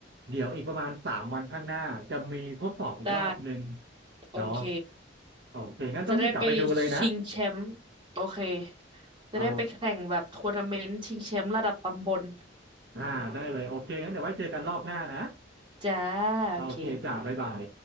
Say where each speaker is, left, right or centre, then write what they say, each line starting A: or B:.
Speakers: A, on the right; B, on the right.
A: เดี๋ยวอีกประมาณสามวันข้างหน้าจะมีทดสอบอีกรอบหนึ่ง
B: ได้ โอเค
A: เนาะโอเคงั้นต้องรีบกลับไปดูเลยนะ
B: จะได้ไปชิงแชมป์โอเค จะได้ไปแข่งแบบทัวร์นาเมนต์ชิงแชมป์ระดับตำบล
A: เอาอ่าได้เลยโอเคงั้นเดี๋ยวไว้เจอกันรอบหน้านะ
B: จ้าโอเค
A: โอเคจ้าบ๊ายบาย